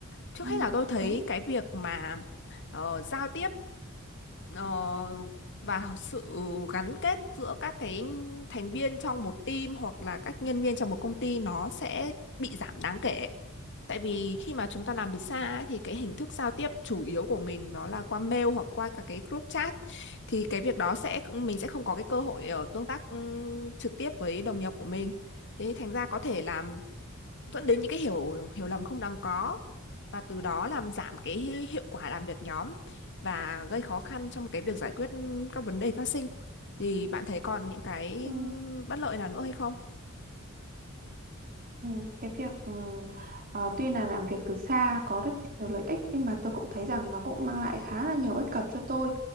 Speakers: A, on the left; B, on the right.
A: Trước
B: ừ,
A: hết là tôi thấy
B: đúng
A: cái việc mà ờ, giao tiếp ờ, và sự gắn kết giữa các cái thành viên trong một team hoặc là các nhân viên trong một công ty nó sẽ bị giảm đáng kể Tại vì khi mà chúng ta làm từ xa ấy, thì cái hình thức giao tiếp chủ yếu của mình nó là qua mail hoặc qua cả cái group chat thì cái việc đó sẽ mình sẽ không có cái cơ hội để ở tương tác ừm, trực tiếp với đồng nghiệp của mình. Thế thành ra có thể làm dẫn đến những cái hiểu hiểu lầm không đáng có và từ đó làm giảm cái hi- hiệu quả làm việc nhóm và gây khó khăn trong cái việc giải quyết các vấn đề phát sinh. Thì bạn thấy còn những cái
B: ừ.
A: bất lợi nào nữa hay không?
B: Ừ, cái việc ừ, ờ, tuy là làm việc từ xa có rất nhiều lợi ích nhưng mà tôi cũng thấy rằng nó cũng mang lại khá là nhiều bất cập cho tôi.